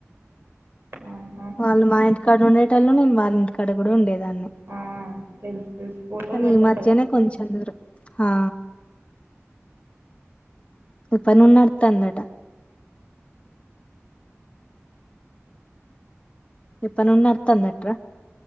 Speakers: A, on the right; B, on the left.
A: ఆహా
B: వాళ్ళు మా ఇంటి ఇక్కడ ఉండేటలు నేను వాళ్ళ ఇంటి కూడా ఉండేది దాన్ని
A: ఆ తెలుసు తెలుసు ఫోటోలు
B: కానీ
A: పెడతారు
B: ఈ మధ్యనే
A: కదా
B: కొంచెం దూరం ఆ ఇప్పుడు పని నడుత్తాదటా ఇప్పనుండి నడుతంట్రా